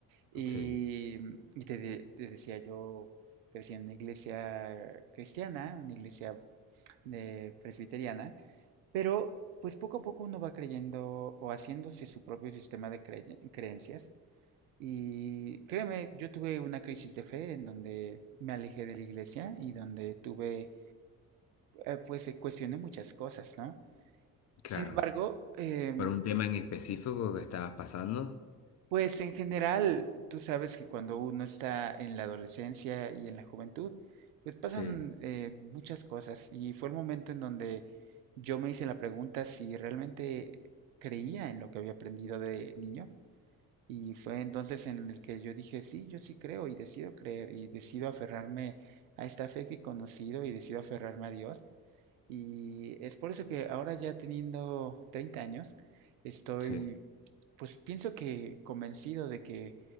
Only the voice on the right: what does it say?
Y,
y te, de- te decía yo, crecí en una iglesia cristiana, una iglesia de presbiteriana, pero pues poco a poco uno va creyendo o haciéndose su propio sistema de crey- creencias. Y créeme, yo tuve una crisis de fe en donde me alejé de la iglesia y donde tuve eh, pues se cuestione muchas cosas, ¿no?
Sin embargo, em,
pues en general, tú sabes que cuando uno está en la adolescencia y en la juventud, pues pasan
eh, muchas cosas y fue el momento en donde yo me hice la pregunta si realmente creía en lo que había aprendido de niño y fue entonces en el que yo dije, sí, yo sí creo y decido creer y decido aferrarme a esta fe que he conocido y decido aferrarme a Dios Y es por eso que ahora ya teniendo 30 años, estoy
pues pienso que convencido de que